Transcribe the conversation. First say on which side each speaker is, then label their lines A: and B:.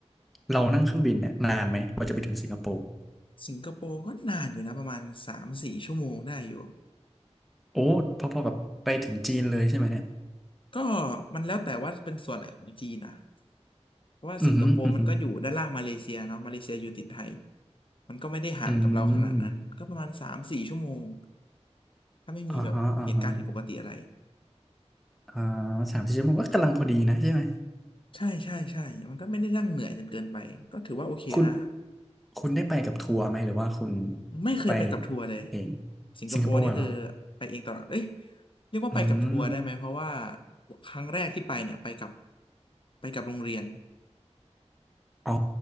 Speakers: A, in the centre; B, on the left (about 50°).
A: เรานั่งเครื่องบินเนี่ยนานไหมกว่าจะไปถึงสิงคโปร์
B: สิงคโปร์ก็นานอยู่นะประมาณสามสี่ชั่วโมงได้อยู่
A: โอ้พอๆกับไปถึงจีนเลยใช่ไหมเนี่ย
B: ก็มันแล้วแต่ว่าเป็นส่วนไหนของจีนนะเพราะว่าสิงคโปร์มันก็อยู่ด้านล่างมาเลเซียเนาะมาเลเซียอยู่ติดไทย
A: อือหืออือหือ
B: มันก็ไม่ได้ห่างกับเราขนาดนั้นก็ประมาณสามสี่ชั่วโมง
A: อืม
B: ถ้าไม่มีแบบเหตุการณ์ผิดปกติอะไร
A: อ่าฮะอ่าฮะอ่าสามสี่ชั่วโมงก็กำลังพอดีนะใช่ไหม
B: ใช่ใช่ใช่มันก็ไม่ได้นั่งเหนื่อยจนเกินไปก็ถือว่าโอเคนะ
A: คุณคุณได้ไปกับทัวร์ไหมหรือว่าคุณ
B: ไม่เคยไปกับทัวร์เลย
A: ไปเอง
B: สิงคโปร์นี่คือ
A: สิงคโปร์เหรอ
B: ไปเองตลอดเอ้ยเรียกว่าไปกับทัวร์ได้ไหมเพราะว่า
A: อืม
B: ครั้งแรกที่ไปเนี่ยไปกับไปกับโรงเรียน
A: อ๋อ